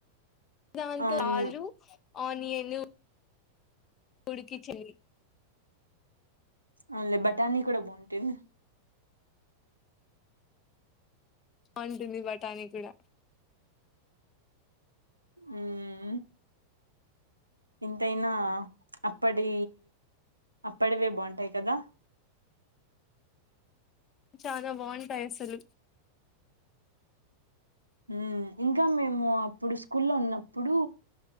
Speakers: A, on the left; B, on the right.
A: దాంతో
B: అవును
A: ఆలు ఆనియన్ ఉడికించండి
B: అ బఠానీ కూడా బాగుంటుది
A: బాగుంటుంది బఠానీ గూడా
B: ఉమ్ హూ ఎంతైనా అప్పటి అప్పటివే బాగుంటాయి కదా
A: చానా బాగుంటాయి అసలు
B: ఉమ్ ఇంకా మేము అప్పుడు స్కూల్ లో ఉన్నప్పుడు